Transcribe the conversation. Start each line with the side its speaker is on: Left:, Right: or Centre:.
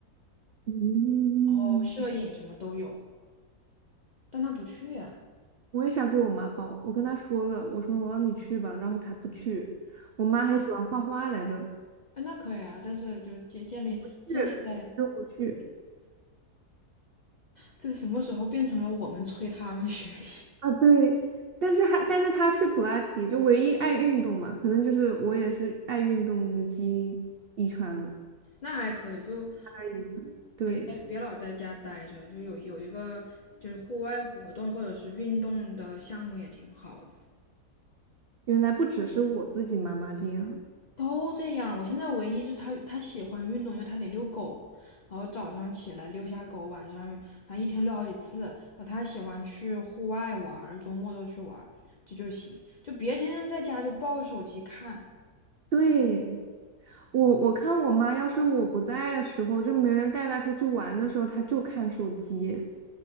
Right: 嗯。
Left: 然后摄影什么都有。但他不去呀、
Right: 我也想给我妈报，我跟她说了，我说我让你去吧，然后她不去。我妈还喜欢画画来着，
Left: 哎，那可以啊，但是就建建立建立在
Right: 去就不去
Left: 这什么时候变成了我们催他们学习？
Right: 啊。对，但是还但是她去普拉提，就唯一爱运动嘛，可能就是我也是爱运动的基因遗传了，
Left: <laughs> 那还可以，就
Right: 大家遗传。对，
Left: 别别老在家待着，就有有一个就是户外活动或者是运动的项目也挺好的。
Right: 原来不只是我自己妈妈这样。
Left: 都这样，我现在唯一就是他他喜欢运动，因为他得遛狗，然后早上起来遛下狗，晚上反正一天遛好几次。然后他喜欢去户外玩儿，周末都去玩儿，这就行，就别天天在家就抱个手机看。
Right: 对，我我看我妈，要是我不在的时候，就没人带她出去玩的时候，她就看手机。